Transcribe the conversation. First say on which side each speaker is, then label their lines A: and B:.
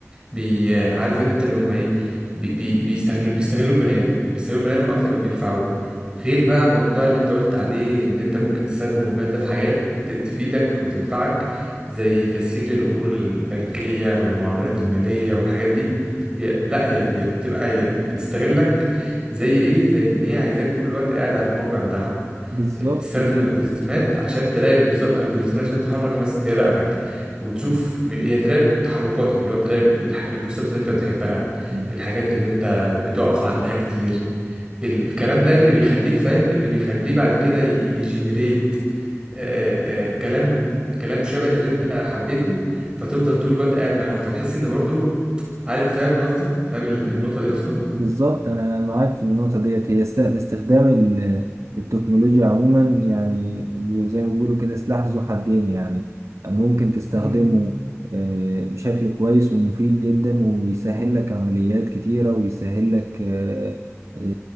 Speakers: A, on the right; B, on the right.
A: بي عارف انت اللي هم ايه بي بي بيستغلوا بيستغلوا البني ادم بيستغلوا البني ادم اكتر ما بينفعوه غير بقى موضوع اللي انت قلت عليه ان انت ممكن
B: مم.
A: تستخدم الموبايل ده في حاجات ت- تفيدك وتنفعك زي تسهيل الامور البنكيه او المعاملات
B: مم.
A: الماليه والحاجات دي هي لا هي هي بتبقى هي بتستغلك زي ايه زي ان هي عايزاك طول الوقت قاعد على الموقع بتاعها
B: بالظبط
A: بتستخدم
B: كده
A: الجوريزمات عشان تراقب بالظبط الجوريزمات عشان تحرك مثلا تراقبك وتشوف
B: مم.
A: م- هي تراقب تحركاتك اللي هو تراقب الح- البوستات اللي انت بتحبها
B: مم.
A: الحاجات اللي انت بتقف عندها كتير الكلام ده اللي بيخليك فاهم اللي بيخليه بعد كده يجنريت آه، آه، كلام كلام شبه اللي انت حبيته فتفضل طول الوقت قاعد معاهم فتحس ان برضو عارف فاهم قصدي فاهم ال-
B: مم.
A: النقطة دي اصلا
B: بالظبط انا معاك في النقطه ديت هي است- استخدام ال- التكنولوجيا عموما يعني زي ما بيقولوا كده سلاح ذو حدين يعني يعني ممكن تستخدمه
A: مم.
B: آه، بشكل كويس ومفيد جدا ويسهل لك عمليات كتيره ويسهل لك آه، آه،